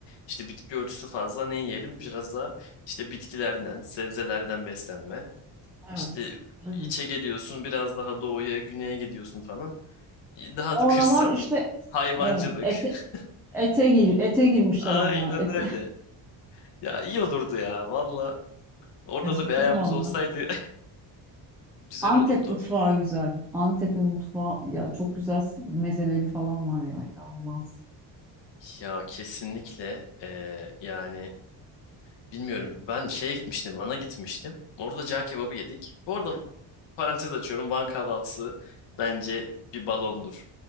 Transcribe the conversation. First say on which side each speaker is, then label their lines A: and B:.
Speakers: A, on the left; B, in the centre.
A: İşte bitki örtüsü fazla ne yiyelim? Biraz daha işte bitkilerden, sebzelerden beslenme.
B: Evet,
A: İşte
B: evet.
A: içe geliyorsun biraz daha doğuya, güneye gidiyorsun falan. Daha
B: oralar
A: da kırsal.
B: işte
A: Hayvancılık.
B: evet ete
A: <laughs>
B: ete gir ete girmişler
A: Aynen
B: onlar. Ete
A: öyle. Ya iyi olurdu ya valla. Orada
B: <laughs> acıktım
A: da bir ayağımız
B: vallahi.
A: olsaydı <laughs> güzel
B: Antep
A: olurdu.
B: mutfağı güzel. Antep'in mutfağı ya çok güzel mezeleri falan var ya inanılmaz.
A: Ya kesinlikle eee, yani Bilmiyorum. Ben şeye gitmiştim. Van'a gitmiştim. Orada cağ kebabı yedik. Bu arada parantez açıyorum. Van kahvaltısı bence bir balondur.